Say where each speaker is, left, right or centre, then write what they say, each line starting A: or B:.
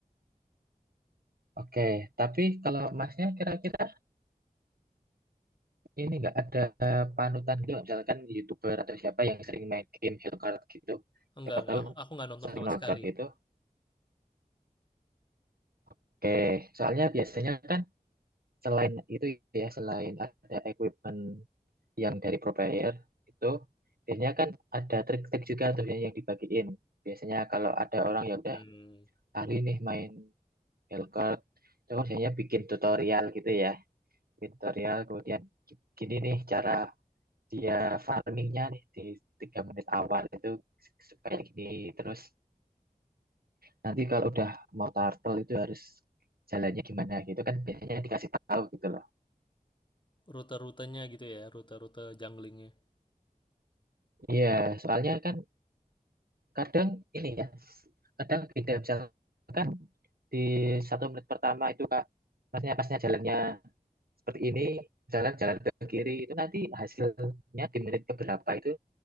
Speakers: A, on the right (about 80°); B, on the left (about 30°).
A: oke tapi kalau masnya kira-kira ini nggak ada panutan gitu nggak? misalkan youtuber atau siapa yang sering main game Hero Card gitu
B: Enggak,
A: siapa
B: enggak.
A: tahu
B: Aku, aku nggak nonton
A: sering
B: sama
A: nonton
B: sekali.
A: gitu oke soalnya biasanya kan selain itu ya selain ada equipment yang dari provider itu biasanya kan ada trik-trik juga tuh yang, yang dibagiin. Biasanya kalau ada orang yang udah
B: Hmm.
A: ahli nih main Belcort, itu kan biasanya bikin tutorial gitu ya. Bikin tutorial kemudian gini nih cara dia farmingnya nih di tiga menit awal itu supaya gini terus nanti kalau udah mau turtle itu harus jalannya gimana gitu kan biasanya dikasih tahu gitu loh.
B: Rute-rutenya gitu ya, rute-rute junglingnya.
A: Iya, soalnya kan kadang ini ya kadang beda misalkan di satu menit pertama itu kak masnya pasnya jalannya seperti ini jalan jalan ke kiri itu nanti hasilnya di menit keberapa itu